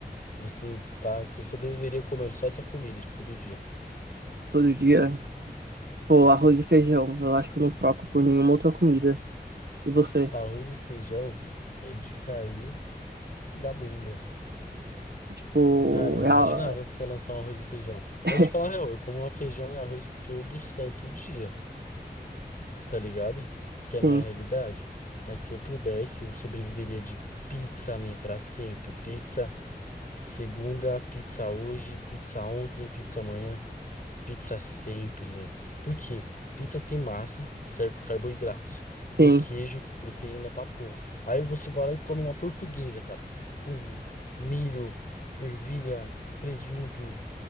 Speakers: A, on the left; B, on the right.
A: você tá, você sobreviveria comendo só essa comida, tipo, todo dia.
B: todo dia. Pô, arroz e feijão, eu acho que eu não troco por nenhuma outra comida. E você?
A: Arroz e feijão é de cair da bunda.
B: Tipo,
A: Cara, eu não
B: é,
A: imaginava
B: a-
A: que você ia lançar um arroz e feijão.
B: <laughs>
A: Mas de falar a real, eu como feijão e arroz todo santo dia, tá ligado? Porque é a
B: sim,
A: minha realidade. Mas se eu pudesse, eu sobreviveria de pizza, man, pra sempre. Pizza segunda, pizza hoje, pizza ontem, pizza amanhã, pizza sempre, man. Por quê? Pizza tem massa, certo? Carboidratos. Tem
B: sim,
A: queijo, proteína pra porra. Aí você vai lá e come uma portuguesa, cara, com milho, ervilha, presunto